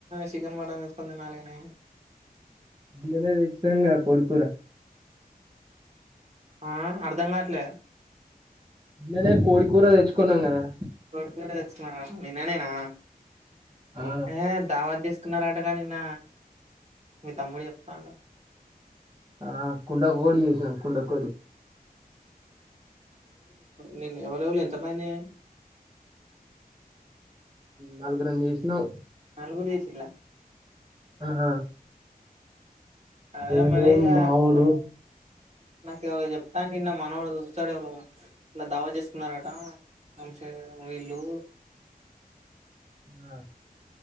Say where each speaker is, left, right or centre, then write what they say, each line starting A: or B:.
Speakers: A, on the right; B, on the right.
A: చికెన్ మటన్ చేసుకొని తినాలి కానీ
B: నిన్ననే తెచ్చినం కదా కోడి కూర
A: ఆ అర్ధంగాట్లే
B: నీన్ననే కోడి కూర తెచ్చుకున్నాం కదా
A: నీన్ననే తెచుకున్నారా నిన్ననేేనా
B: ఆ
A: ఏ దావాత్ చే తెచ్చుసుకున్నారటగా నిన్న మీ తమ్ముడు చెప్తాడు
B: ఆ కుండకోడి చేసము కుండకోడి
A: నిన్ ఎవరెవరు ఎంతమంది
B: నాలుగురంజీష్ను
A: నాలుగుడి చేచ్చిలా
B: ఆ
A: అదే
B: ఏదో
A: మరి ఇగ
B: మావోడు
A: నాకెవరో చెప్తా అంటే విన్న మనోడు చూస్తాడు ఇలా దావత్ చేసుకున్నారట అంశ వీళ్ళు
B: ఆ